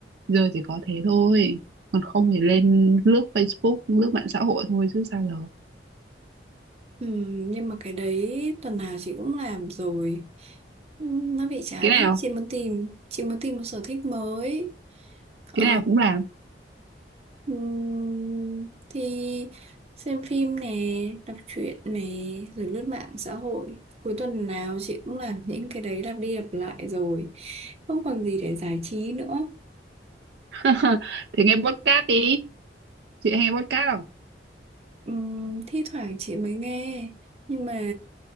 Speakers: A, on the right; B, on the right.
A: Giờ chỉ có thế thôi. Còn không thì lên lướt Facebook, lướt mạng xã hội thôi chứ sao giờ.
B: Ừm, Nhưng mà cái đấy tuần nào chị cũng làm rồi. Ừm, Nó bị chán
A: Cái nào,
B: ấy, chị muốn tìm, chị muốn tìm một sở thích mới. Ờ
A: cái nào cũng làm.
B: Ừm, thì xem phim nè, đọc truyện nè, rồi lướt mạng xã hội. Cuối tuần nào chị cũng làm những cái đấy lặp đi lặp lại rồi. Không còn gì để giải trí nữa.
A: <laughs> thì nghe podcast đi. Chị hay nghe podcast không?
B: Ừm, thi thoảng chị mới nghe, nhưng mà